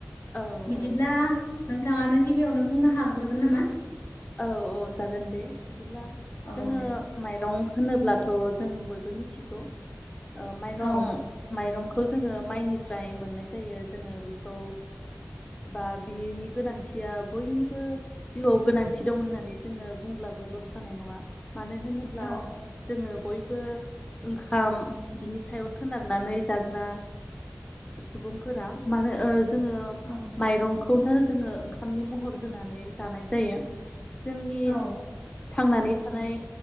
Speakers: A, on the left; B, on the left.
A: औ
B: बिदिब्ला
A: औ
B: नों थाङानो गिबियावनो बुंनो हाग्रोगोन नामा?
A: औ औ जागोन दे बिदिब्ला
B: औ
A: जोङो
B: दे
A: माइरं होनोब्लाथ' जों बयबो मिथिगौ ओ माइरं
B: औ
A: माइरंखौ खौ जोङो माइनिफ्राय मोननाय जायो जोङो बेखौ बा बिनि गोनांथिया बयनिबो जिउआव गोनां थि दं होननानै जोङो बुंब्लाबो लस जानाय नङा मानो होनोब्ला
B: औ
A: जोङो बयबो ओंखाम बिनि सायाव सोनारनानै जाग्रा सुबुंफोरा मानो ओ जोङो
B: औ
A: माइरंखौ नो जोङो ओंखामनि महर होनानै जानाय जायो। जोंनि
B: औ
A: थांनानै थानाय